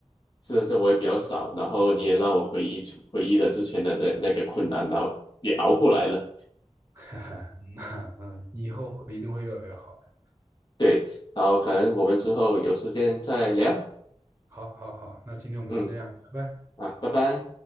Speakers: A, on the left (about 40°); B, on the right (about 20°).
A: 是的是，我也比较少。然后你也让我回忆出回忆了之前的那那个困难，然后也熬过来了。
B: <laughs> 哈哈，那嗯，以后会一定会越来越好的。
A: 对，然后可能我们之后有时间再聊，
B: 好，好，好，那今天我们就这样，
A: 嗯，
B: 拜拜。
A: 啊，拜拜。